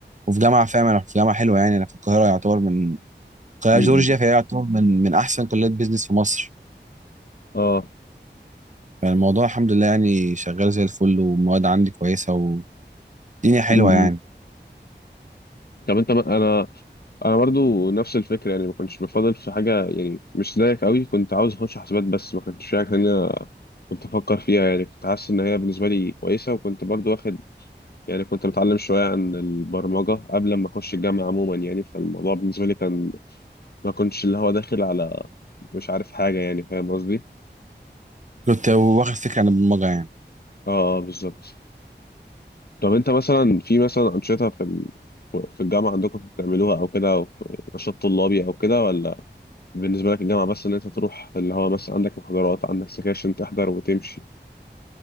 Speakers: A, on the right; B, on the left.
A: وفي جامعه فاهم انا في جامعه حلوه يعني انا في القاهره يعتبر من القاهره
B: م-
A: جورجيا
B: م.
A: فهي يعتبر من من احسن كليات بيزنس في مصر
B: اه
A: فالموضوع الحمد لله يعني شغال زي الفل والمواد عندي كويسه والدنيا حلوه
B: م- م.
A: يعني
B: طب أنت أنا انا برضو نفس الفكره يعني ما كنتش بفضل في حاجه يعني مش زيك قوي كنت عاوز اخش حسابات بس ما كنتش شايف ان انا كنت افكر فيها يعني كنت حاسس ان هي بالنسبه لي كويسه وكنت برضو واخد يعني كنت بتعلم شويه عن البرمجه قبل ما اخش الجامعه عموما يعني فالموضوع بالنسبه لي كان ما كنتش اللي هو داخل على مش عارف حاجه يعني فاهم قصدي
A: كنت واخد فكره عن البرمجه يعني
B: اه آه، بالظبط طب انت مثلا في مثلا انشطه في ال- في الجامعه عندكم بتعملوها او كده او في نشاط طلابي او كده ولا بالنسبة لك الجامعة بس إن أنت تروح اللي هو مثلا عندك محاضرات عندك سكاشن تحضر وتمشي